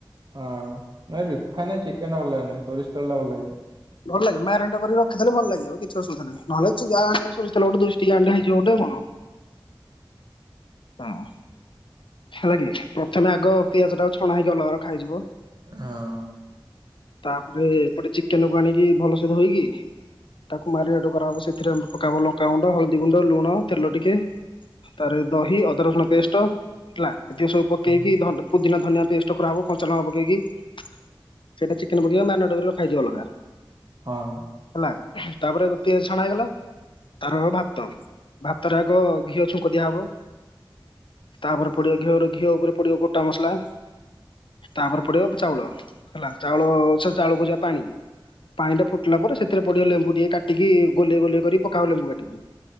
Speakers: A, on the right; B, on the left.
A: ହଁଁ, ନାଇ ରିଫାଇନ୍‌ରେ ଚିକେନଟା ଭଲ ଲାଗେନି ସୋରିଷ ତେଲଟା ଭଲ ଲାଗିବ।
B: ଭଲ ଲାଗେ ମାରାଟ କରି ରଖିଦେଲେ ଭଲ ଲାଗିବ କିଛି ଅସୁବିଧା ନାଇ ନହେଲେ ଚିରାଗ ଆଣିବ ସୋରିଷ ତେଲ ଗଟେ ଦୁଇଶହ ଟି ଆଣ୍ଡେ ହେଇଯିବ ଗଟେ କଣ ହଁ ହଁ। ହେଲା କି ପ୍ରଥମେ ଆଗ ପିଆଜଟାକୁ ଛଣା ହେଇକି ଅଲଗା ରଖାଯିବ।
A: ହଁ।
B: ତାପରେ ଏପଟେ ଚିକେନ୍‌ କୁ ଆଣିକି ଭଲ ସେ ଧୋଇକି ତାକୁ ମେରିନେଟ କରାହବ ସେଥିରେ ପକାହବ ଲଙ୍କାଗୁଣ୍ଡ, ହଳଦୀ ଗୁଣ୍ଡ, ଲୁଣ ତେଲ ଟିକେ ତାରେ ଦହି ଅଦା ରସୁଣ ପେଷ୍ଟ ହେଲା ଏତିକ ସବୁ ପକେଇକି
A: ହଁ
B: ପୁଦିନା ଧନିଆ ପେଷ୍ଟ। କରା ହବ କଞ୍ଚା ଲଙ୍କା ପକେଇକି ସେଇଟା ଚିକେନ୍‌ ପକାଇକି ମାରିନଟ କରି ରଖା ହଇଯିବ ଅଲଗା।
A: ହଁ।
B: ହେଲା ତାପରେ ପିଆଜ ଛଣା ହେଇଗଲା। ତାର ହବ ଭାତ ଭାତରେ ଆଗ ଘିଅ ଛୁଙ୍କ ଦିଆହବ। ତାପରେ ପଡ଼ିବ ଘିଅରୁ ଘିଅ ଉପରେ ପଡ଼ିବ ଗୋଟା ମସଲା। ତାପରେ ପଡ଼ିବ ଚାଉଳ ହେଲା ଚାଉଳ, ଚାଉଳକୁଜା ପାଣି। ପାଣିଟା ଫୁଟିଲା ପରେ ସେଥିରେ ପଡ଼ିବ ଲେମ୍ବୁ ଟିକେ କାଟିକି ଗୋଲିଆ ଗୋଲିଆ କରି ପକାଅ ଲେମ୍ବୁ କାଟିକି।